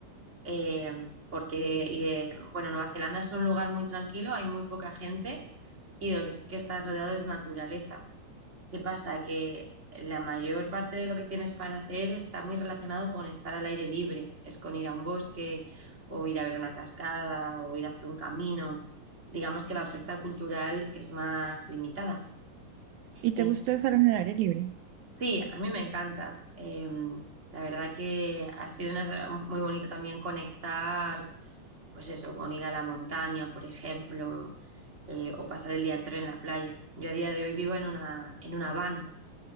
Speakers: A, on the right (about 25°); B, on the right (about 80°).
A: eh, porque eh, bueno, Nueva Zelanda es un lugar muy tranquilo, hay muy poca gente y de lo que sí que estás rodeado es de naturaleza. ¿Qué pasa? Que la mayor parte de lo que tienes para hacer está muy relacionado con estar al aire libre. Es con ir a un bosque o ir a ver una cascada o ir a hacer un camino. Digamos que la oferta cultural es más limitada.
B: ¿Y te
A: En-
B: gusta estar en el aire libre?
A: sí, a mí me encanta. Em, la verdad que ha sido una- muy bonito también conectar, pues eso, con ir a la montaña, por ejemplo, eh, o pasar el día entero en la playa. Yo a día de hoy vivo en una, en una van.